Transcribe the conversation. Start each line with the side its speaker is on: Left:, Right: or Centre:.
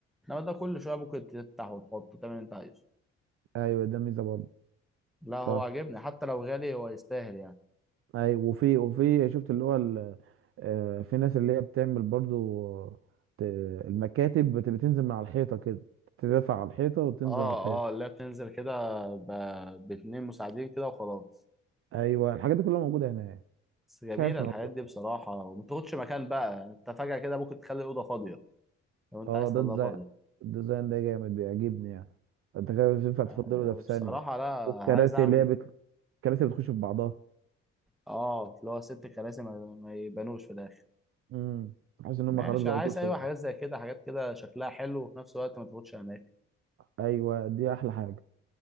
Centre: انما ده كل شويه ممكن تفتح وتحطه تعمل اللي انت عايزه
Right: ايوه ده ميزه برضه
Centre: لا هو
Right: صح
Centre: عاجبني حتى لو غالي هو يستاهل يعني
Right: اي وفي وفي شفت اللي هو ال- آه، في ناس اللي هي بتعمل برضو آه، ت- المكاتب بت- بتنزل من على الحيطه كده تدافع على الحيطه وتنزل
Centre: اه
Right: على الحيطه
Centre: اه لا بتنزل كده ب- باتنين مساعدين كده وخلاص
Right: ايوه الحاجات دي كلها موجوده هناك
Centre: بس جميلة
Right: مفيش حاجه مش موجوده
Centre: الحاجات دي بصراحة وما بتاخدش مكان بقى يعني. انت فجأة كده ممكن تخلي الأوضة فاضية لو انت
Right: اه
Centre: عايز
Right: ده
Centre: تخليها
Right: ديزاين
Centre: فاضية
Right: الديزاين ده جامد بيعجبني يعني انت كده مش ينفع
Centre: يعني
Right: تفضله ده في
Centre: بصراحة
Right: ثانيه
Centre: لا
Right: والكراسي
Centre: عايز أعمل
Right: اللي هي بت... الكراسي بتخش في بعضها
Centre: اه اللي هو ست كراسي ما, ما يبانوش في الآخر
Right: امم حاسس ان
Centre: ماشي
Right: هم خلاص بقوا
Centre: أنا عايز
Right: كورس
Centre: أيوة
Right: بقى
Centre: حاجات زي كده حاجات كده شكلها حلو وفي نفس الوقت ما تاخدش أماكن
Right: ايوه دي احلى حاجه